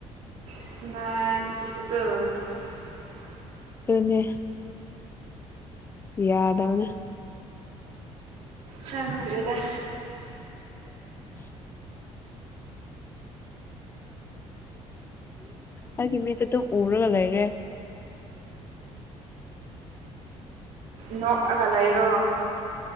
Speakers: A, on the right; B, on the left.
A: ꯁ꯭ꯅꯁꯁꯤꯀ
B: ꯇꯅꯦ ꯌꯥꯗꯎꯅ
A: ꯍꯪꯒ꯭ꯔꯗ
B: <inaudible> ꯑꯩꯒꯤ ꯃꯤꯗ ꯑꯗꯨꯝ ꯎꯔꯒ ꯂꯩꯔꯦ
A: ꯅꯣꯛꯑꯒꯂꯥꯏꯔꯣ